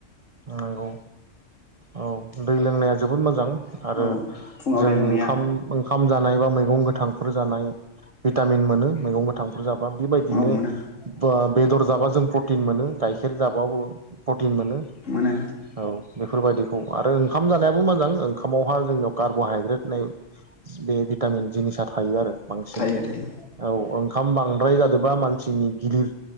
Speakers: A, on the right (about 45°); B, on the left (about 75°).
A: नंगौ औ दै लोंनाया जोबोद मोजां। आरो
B: औ फुङाव
A: जों
B: दै लोंनाया
A: ओंखाम ओंखाम जानाय बा मैगं गोथां बो जानाय भिटामिन मोनो मैगं गोथां बुरजाब्ला बेबायदिनो
B: औ मोनो
A: बा बेदर जाब्ला जों प्रटिन मोनो गाइखेर जाबाबो प्रटिन मोनो
B: मोनो
A: औ। बेफोरबायदिखौ आरो ओंखाम जानायाबो मोजां, ओंखामावहा जोंनियाव कार्बहाइद्रेट नाय बे भिटामिन जिनिसा थायो आरो। बांसिन
B: थायो थायो
A: औ ओं खाम बांद्राय जादोबा मानसिनि गिलिर